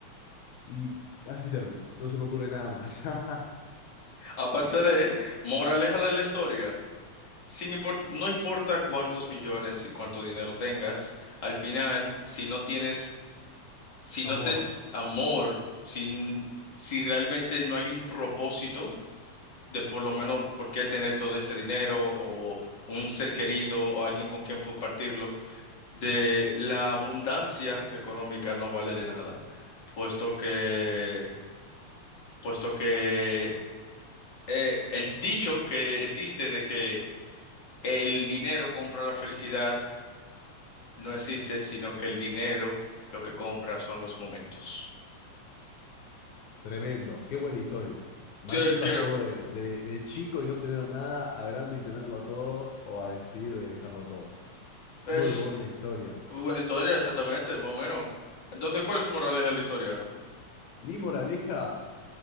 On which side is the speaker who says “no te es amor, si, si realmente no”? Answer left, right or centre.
Left